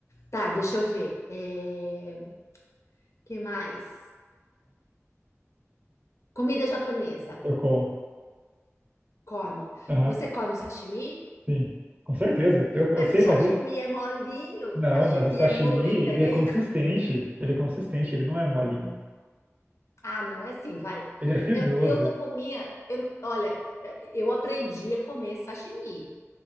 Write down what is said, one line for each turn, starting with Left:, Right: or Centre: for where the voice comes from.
Left: Tá, deixa eu ver. É... Que mais? Comida japonesa.
Right: Eu como.
Left: Come.
Right: Aham,
Left: Você come o sashimi?
Right: sim. Com certeza. Eu, eu
Left: Mas
Right: sei
Left: o sashimi
Right: fazer.
Left: é molinho,
Right: Não,
Left: o sashimi
Right: mas o sashimi,
Left: é molenga.
Right: ele
Left: E
Right: é
Left: aí?
Right: consistente.
Left: <laughs>
Right: Ele é consistente, ele não é molinho.
Left: Ah, não, é assim, vai.
Right: Ele é fibroso.
Left: Eu, eu não comia. eu- olha, eu aprendi a comer sashimi.